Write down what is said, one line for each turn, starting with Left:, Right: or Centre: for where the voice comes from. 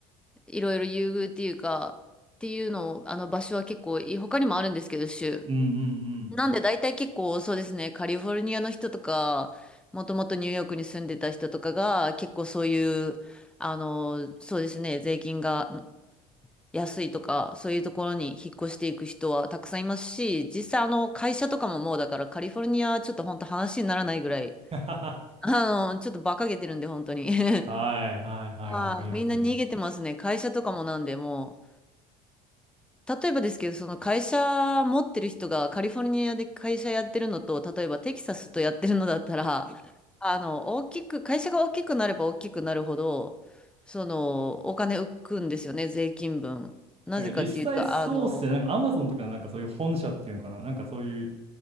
Centre: いろいろ優遇っていうか、っていうのを、あの場所は結構いい、他にもあるんですけど、州。
Right: うんうん
Centre: なんで大体結構そうですね、カリフォルニアの人とか、もともとニューヨークに住んでた人とかが、結構そういう、あの、そうですね、税金がん安いとか、そういうところに引っ越していく人はたくさんいますし、実際あの会社とかももうだからカリフォルニアはちょっと本当話にならないぐらい、
Right: うん。<laughs> は
Centre: あの、ちょっと馬鹿げてるんで、本当に。<laughs>
Right: いはいはいわかります。
Centre: はい、みんな逃げてますね。
Right: <laughs> な
Centre: 会社とかもなんで、もう、例えばですけど、その会社持ってる人がカリフォルニアで会社やってるのと、例えばテキサスとやってるのだったら、あの、大きく、会社が大きくなれば大きくなるほど、その、お金浮くんですよね、税金分。なぜかっていうと、
Right: んか実際そうっすね。
Centre: あの、
Right: なんかアマゾンとかなんかそういう本社っていうのかな。なんかそういう